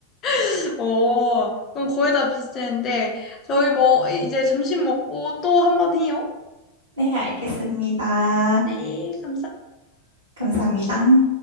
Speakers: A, on the left; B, on the right.
A: <laughs> 어, 그럼 거의 다 비슷했는데 저희 뭐 이제 점심 먹고 또 한번 해요.
B: 네, 알겠습니다.
A: 네.
B: 감사합니다.